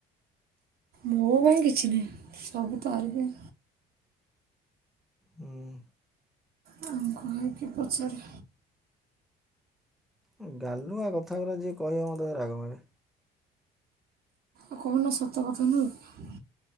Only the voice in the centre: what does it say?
ଉଁ।
ଉଁ ଗାଲୁଆ କଥାଗୁରା ଯିଏ କହିବ ମୋତେ ଭାରି ରାଗ ମାଡେ।